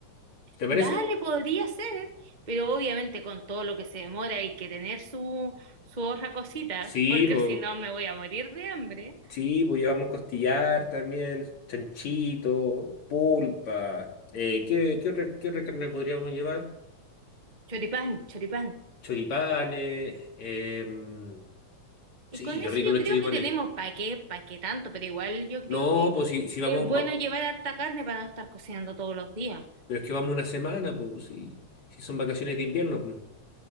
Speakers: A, on the left; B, on the right.
A: ¿Te parece?
B: Dale, podría ser, pero obviamente con todo lo que se demora hay que tener su, su otra cosita,
A: Sí,
B: porque
A: pues.
B: si no me voy a morir de hambre.
A: Sí, pues llevamos costillar también, chanchito, pulpa. eh, ¿qué, qué otra, qué otra carne podríamos llevar?
B: Choripán, choripán.
A: Choripanes. em,
B: Y
A: sí,
B: con
A: qué
B: eso
A: rico
B: yo
A: los
B: creo
A: choripanes.
B: que tenemos, ¿para qué? ¿Para qué tanto? Pero igual yo creo
A: No,
B: que
A: pues si, si vamos,
B: es bueno
A: va-
B: llevar harta carne para no estar cocinando todos los días.
A: pero es que vamos una semana, pues si, si son vacaciones de invierno. pues.